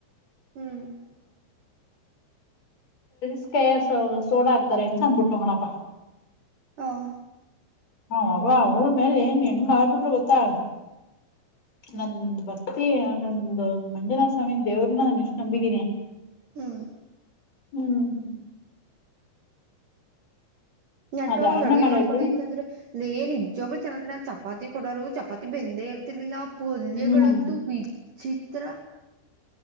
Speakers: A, on the right; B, on the left.
A: ಹ್ಮ್
B: ಸಕ ಸೋಣ ಆಗ್ತಾರೆ ಅಂತ ಅಂದಬಿಟ್ಹೋಗಣನಪ್ಪಾ
A: ಹಾಂ
B: ಹ ಅವ ಊಳ ಮೇಲೆ ಏನ್ ಹೆಂಗ ಆಗ್ಬಿಟ್ ಗೊತ್ತಾಗ ನನ್ನ ಭಕ್ತಿ ನಂದು ಮಂಜುನಾಥ ಸ್ವಾಮಿ ದೇವ್ರನ್ನ ನಾನ ಎಷ್ಟು ನಂಬಿದ್ದೀನಿ
A: ಹಾ
B: ಹ್ಮ್
A: ನೆಟ್ವಾಗ
B: ಅದ
A: ಒಂದು
B: ಆಣೆ
A: ಅಡ್ಗೆ
B: ಮಾಡಿ
A: ಮಾಡ್ಕೊಡಿ
B: ಹೇಳ್ತೇನೆ
A: ಅಂತಂದ್ರೆ ಇ ಏನ್ ನಿಜ್ಚೆನ್ನ ಕಡೆ ಚಪಾತಿ ಕೊಡೋರು ಚಪಾತಿ ಬೆಂದೇ ಇರ್ ನವು ಪೊಲ್ಯಗಳಂತೂ
B: ಹ್ಮ್
A: ವಿಚಿತ್ರ